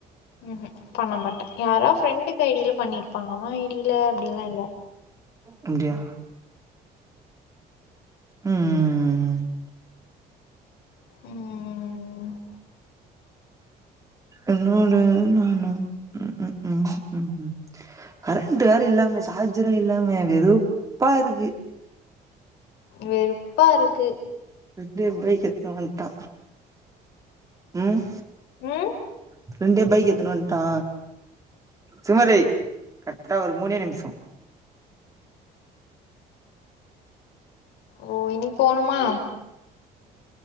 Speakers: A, on the left; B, on the right.
A: ம்கும் பண்ண மாட்டா யாரா ஃப்ரெண்டுக்கு ஐ டியில பண்ணிருப்பா அவ டியில அப்டில்லா இல்ல
B: அப்டியா ம், ம், ம்
A: ம்
B: உன்னோட நானு ம் ம் ம் கரண்ட் வேற இல்லாம சார்ஜரும் இல்லாம வெறுப்பா இருக்கு
A: வெறுப்பா இருக்கு
B: எப்டே பைக் எத்துனு வன்டா ம்
A: ம்
B: ஃப்ரண்ட்டே பைக் எத்துனு வன்டா சுமதி கரெக்டா ஒரு மூணே நிமிஷோ
A: ஓ இனி போணுமா